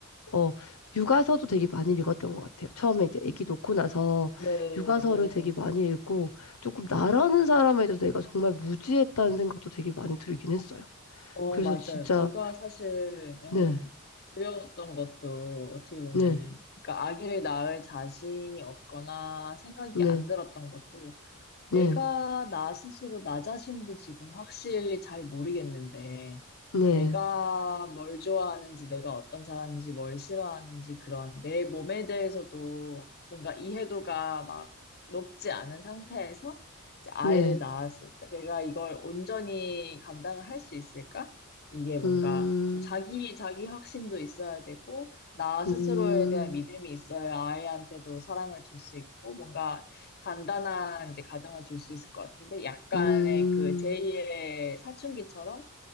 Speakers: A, on the left; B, on the left.
A: 어, 육아서도 되게 많이 읽었던 것 같아요. 처음에 이제 아기 놓고 나서
B: 네,
A: 육아서를
B: 네.
A: 되게 많이 읽고, 조금 나라는 사람에 대해서 내가 정말 무지했다는 생각도 되게 많이 들긴 했어요.
B: 어,
A: 그래서
B: 맞아요.
A: 진짜,
B: 제가 사실, 예,
A: 네,
B: 두려웠던 것도 어떻게 보면은,
A: 네,
B: 그러니까 아기를 낳을 자신이 없거나 생각이
A: 네,
B: 안 들었던 것도 내가
A: 네.
B: 나 스스로 나 자신도 지금 확실히 잘 모르겠는데,
A: 네,
B: 내가 뭘 좋아하는지, 내가 어떤 사람인지, 뭘 싫어하는지, 그런 내 몸에 대해서도 뭔가 이해도가 막 높지 않은 상태에서 이제 아이를
A: 네,
B: 낳았을 때 내가 이걸 온전히 감당을 할 수 있을까? 이게 뭔가
A: 음,
B: 좀 자기, 자기 확신도 있어야 되고, 나 스스로에
A: 음,
B: 대한 믿음이 있어야 아이한테도 사랑을 줄 수 있고, 뭔가 단단한 이제 가정을 줄 수 있을 것 같은데 약간의
A: 음,
B: 그 제이의 사춘기처럼